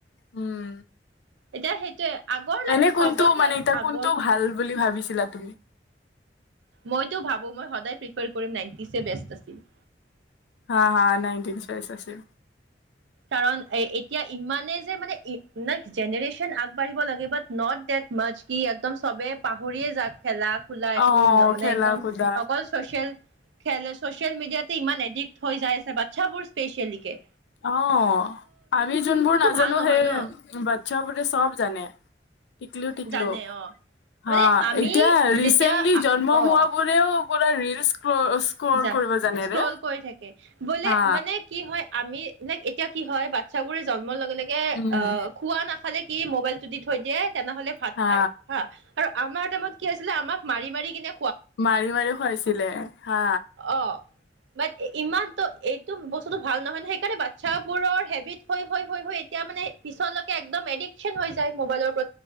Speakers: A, on the left; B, on the right.
A: উম
B: এতিয়া সেইটোয়ে আগৰ লে
A: এনে
B: চবতে
A: কোনটো মানে এতিয়া
B: আগৰ
A: কোনটো ভাল বুলি ভাবিছিলা তুমি।
B: মইটো ভাবো মই সদায় প্ৰিপাৰ কৰিম নাইনটি বেষ্ট আছিল
A: হা হা নাইনটিন চাইছ আছিল
B: কাৰণ এ এতিয়া ইমানে যে মানে নেক্স জেনেৰেশ্যন আগবাঢ়িব লাগে বাট নট ডেট মাচ কি এক খেলা খোলা একো
A: অ
B: ন মানে
A: খেলা
B: একদম
A: কুদা
B: অকল চচিয়েল খেল, চচিয়েল মিডিয়াতে ইমান এডিক্ট হৈ যাই আছে বাতচ্ছাবোৰ স্পেচিয়েলি কে
A: অ আমি যোনবোৰ নাজানো
B: ভাল নহয়
A: সেয়ে
B: ন
A: বাতচ্ছা বোৰে চব জানে, টিকলু টিকলু
B: জানে অ
A: হা
B: মানে আমি
A: এতিয়া ৰিচেণ্টলি
B: যেতিয়া
A: জন্ম
B: অ
A: হোৱা বোৰেও <unintelligible> স্ক্ৰল
B: যা
A: কৰিব জানেৰে
B: স্ক্ৰল কৰি থাকে বোলে
A: হা
B: মানে কি হয় আমি নে এতিয়া কি হয় বাতচ্ছাবোৰে জ ন্ম হোৱাৰ লগে লগে
A: উম
B: অ খোৱা না খালে কি মোবাইলটো দি থৈ দিয়ে। তেনেহলে ভাত
A: হা
B: খাই হা আৰু আমাৰ টাইমত কি আ আছিলে আমাক মাৰি মাৰি কিনে
A: মাৰি মাৰি খুৱাইছিলে। হা
B: অহ! বাট ইমানটো এইটো বস্তুটো ভাল নহয় ন সেইকাৰণে বাচ্ছাবোৰৰ হেবিত হৈ হৈ এতিয়া মানে পিছলৈকে একদম এডিকচন হৈ যায় মবাইলৰ প